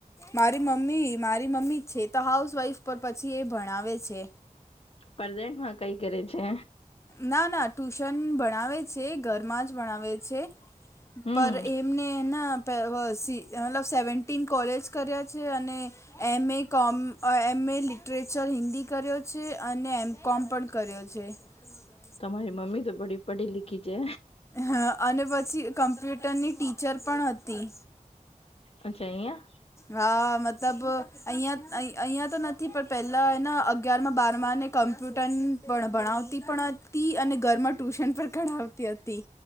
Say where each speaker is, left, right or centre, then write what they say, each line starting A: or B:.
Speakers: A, on the left; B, on the left.
A: મારી મમ્મી મારી મમ્મી છે, તો હાઉસ વાઈફ પર પછી એ ભણાવે છે.
B: પ્રેઝન્ટમાં કઈ કરે છે.
A: ના ના ટુશન ભણાવે છે, ઘરમાં જ ભણાવે છે.
B: હમ
A: પર એમને એના મતલબ સેવન્ટીન કોલેજ કર્યા છે, અને એમ એ કોમ એમ એ લિટરેચર હિન્દી કર્યો છે અને એમ કોમ પણ કર્યો છે. હા
B: તમારી મમ્મી તો બડી પઢી લખી છે.
A: હા અને પછી કમ્પ્યુટરની ટીચર પણ હતી.
B: અચછા એયા
A: હા મતલબ અહિયાં અહિયાયા તો નથી પણ પેલાના અગિયારમાં બારમા કમ્પ્યુટર પણ ભણાવતી પણ હતી અને ઘરમાં ટ્યૂશન પણ કઢાવતી હતી.